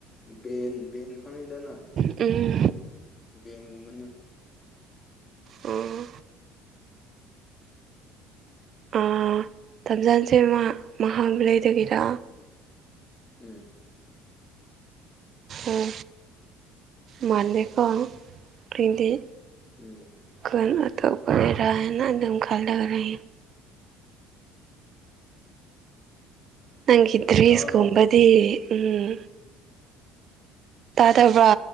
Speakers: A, on the left; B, on the right.
A: ꯚꯦꯟ ꯚꯦꯟ ꯈꯪꯉꯤꯗꯅ
B: ꯎꯝ
A: ꯕꯦꯟꯒꯨꯝꯕꯅꯦ
B: ꯑꯣ ꯑꯣ ꯇꯝꯖꯥꯟꯁꯦꯃꯥ ꯃꯍꯥꯕꯂꯤꯗꯒꯤꯔꯥ
A: ꯎꯝ
B: ꯑꯣ ꯃꯥꯟꯗꯦꯀꯣ ꯑꯩꯗꯤ
A: ꯎꯝ
B: ꯀꯟꯇ ꯄ ꯂꯩꯔꯥ ꯍ ꯅ ꯙꯝ ꯈꯜ ꯂꯒꯔ ꯅꯪꯗ꯭ꯔꯦ
A: ꯇꯥꯕ꯭ꯔꯣ
B: ꯏꯁꯀꯨꯝꯕꯗꯤ ꯎꯝ ꯇꯥꯗꯕ꯭ꯔꯥ